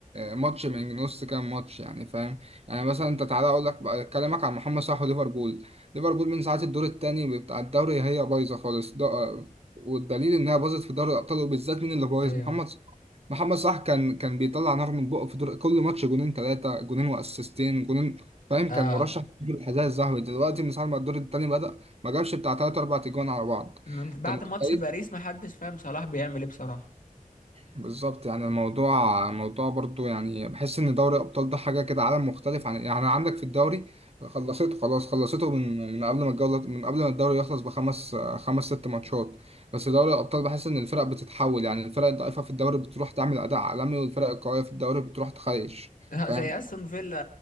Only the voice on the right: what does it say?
ماتش من نص كام ماتش يعني فاهم يعني مثلا انت تعالى اقول لك بقى- اكلمك عن محمد صلاح وليفربول ليفربول من ساعة الدور الثاني بتاع الدوري هي بايظة خالص ده والدليل انها باظت في دوري الابطال وبالذات مين اللي بايظ
محمد صلاح محمد صلاح كان كان بيطلع نار من بقه في دور كل ماتش جونين ثلاثة جونين واسيستين جونين فاهم
كان مرشح للحذاء الذهبي دلوقتي من ساعة ما الدور الثاني بدأ ما جابش بتاع ثلاث اربع تجوان على بعض
انت متخيل
بالظبط يعني الموضوع الموضوع برضو يعني بحس ان دوري الابطال ده حاجه كده عالم مختلف عن يعني عندك في الدوري خلصته خلاص خلصته من من قبل ما الجوله من قبل ما الدوري يخلص بخمس خمس ست ماتشات بس دوري الابطال بحس ان الفرق بتتحول يعني الفرق الضعيفه في الدوري بتروح تعمل اداء عالمي والفرق القويه في الدوري بتروح تخيش
فاهم